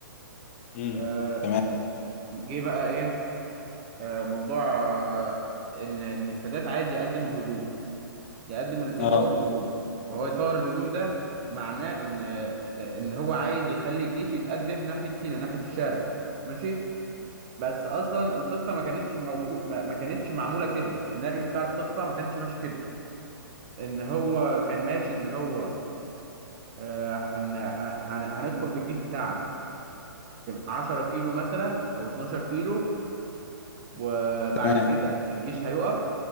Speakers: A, on the left (about 35°); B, on the right (about 30°).
A: امم
B: آه،
A: تمام
B: جه بقى ايه آه، موضوع آه، ان ان السادات عايز يقدم الهجوم يقدم ال-
A: اه
B: يطور الهجوم وهو يطور الهجوم ده معناه ان ان هو عايز يخلي الجيش يتقدم ناحيه سيناء ناحيه الشرق ماشي بس اصلا الخطه ما كانتش موجود ما ما كانتش معموله كده السيناريو بتاع الخطه ما كانش ماشي كده ان هو كان ماشي ان هو آه، هن... هن... هندخل بالجيش بتاعنا 10 كيلو مثلا او 12 كيلو وبعد
A: تمام
B: كده الجيش هيقف